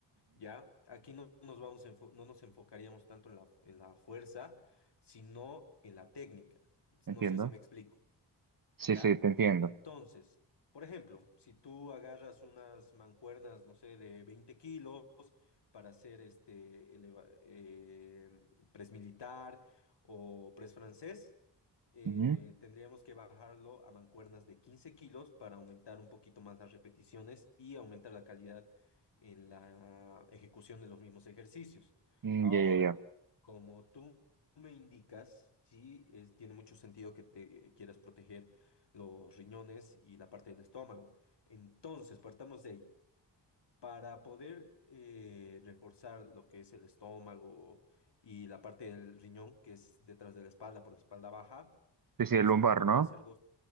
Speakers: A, on the left; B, on the right.
A: ¿ya? Aquí no nos vamos a enfo- no nos enfocaríamos tanto en la, en la fuerza, sino en la técnica.
B: Entiendo.
A: No sé si me explico.
B: Sí,
A: ¿ya?
B: sí, te entiendo.
A: Entonces, por ejemplo, si tú agarras unas mancuernas, no sé, de 20 kilos para hacer este eleva- eh, press militar o press francés, eh,
B: Ujú.
A: tendríamos que bajarlo a mancuernas de 15 kilos para aumentar un poquito más las repeticiones y aumentar la calidad en la ejecución de los mismos ejercicios.
B: Mm,
A: Ahora,
B: ya, ya, ya.
A: como tú me indicas, sí es- tiene mucho sentido que te quieras proteger los riñones y la parte del estómago. Entonces, partamos de ahí. Para poder eh, reforzar lo que es el estómago y la parte del riñón, que es detrás de la espalda, por la espalda baja,
B: Sí,
A: vamos
B: sí, el lumbar,
A: a requerir
B: ¿no?
A: hacer dos,